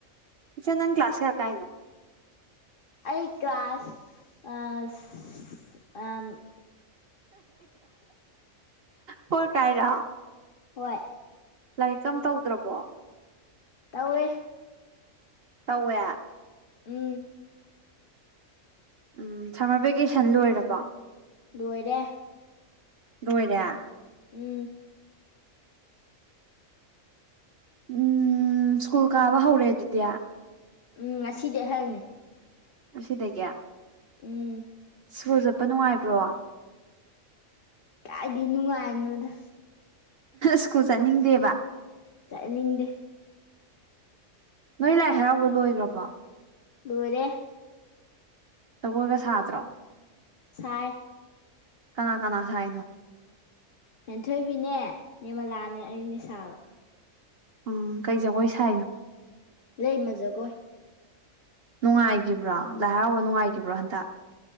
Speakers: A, on the right; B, on the left.
A: ꯏꯆꯟ ꯅꯪ ꯀ꯭ꯂꯥꯁ ꯀꯌꯥ ꯀꯥꯏꯅꯣ
B: ꯑꯩ ꯀ꯭ꯂꯥꯁ ꯀ꯭ꯂꯥꯁ ꯑ ꯑ
A: ꯐꯣꯔ ꯀꯥꯏꯔꯣ
B: ꯍꯣꯏ
A: ꯂꯥꯏꯔꯤꯛ ꯀꯝ ꯇꯧꯗ꯭ꯔꯕꯣ
B: ꯇꯧꯋꯦ
A: ꯇꯧꯋꯦ
B: ꯎ
A: ꯎꯝ ꯁꯝꯃꯔ ꯚꯦꯀꯦꯁꯟ ꯂꯣꯏꯔꯕꯣ
B: ꯂꯣꯏꯔꯦ
A: ꯂꯣꯏꯔꯦ
B: ꯎꯝ
A: ꯎꯝ ꯁ꯭ꯀꯨꯜ ꯀꯥꯕ ꯍꯧꯔꯛꯑꯦ ꯑꯗꯨꯗꯤ
B: ꯎꯝ ꯉꯁꯤꯗꯤ ꯑꯩꯍꯪꯅꯤ
A: ꯁꯤꯗ ꯀꯌꯥ
B: ꯎꯝ
A: ꯁꯥꯆꯨꯜ ꯆꯠꯄ ꯅꯨꯡꯉꯥꯏꯕ꯭ꯔꯣ
B: ꯀꯥꯏꯗꯤ ꯅꯨꯡꯉꯥꯏꯅꯣꯗ
A: ꯁ꯭ꯀꯨꯜ ꯆꯠꯅꯤꯡꯗꯦꯕ
B: ꯆꯠꯅꯤꯡꯗꯦ
A: ꯅꯣꯏ ꯂꯥꯏ ꯍꯔꯥꯎꯕ ꯂꯣꯏꯈ꯭ꯔꯕꯣ
B: ꯂꯣꯏꯔꯦ
A: ꯖꯒꯣꯏꯒ ꯁꯥꯗ꯭ꯔꯣ
B: ꯁꯥꯏ
A: ꯀꯅꯥ ꯀꯅꯥ ꯁꯥꯏꯅꯣ
B: ꯍꯦꯟꯊꯣꯏꯕꯤꯅꯦ ꯅꯦꯃꯂꯥꯅꯦ ꯑꯩꯅꯦ ꯁꯥꯥꯕ
A: ꯑ ꯀꯩ ꯖꯒꯣꯏ ꯁꯥꯏꯅꯣ
B: ꯂꯥꯏꯃꯥ ꯖꯒꯣꯏ
A: ꯅꯨꯡꯉꯥꯏꯈꯤꯕ꯭ꯔꯣ ꯂꯥꯏ ꯍꯥꯎꯕ ꯅꯨꯡꯉꯥꯏꯈꯤꯕ꯭ꯔꯣ ꯍꯟꯗꯛ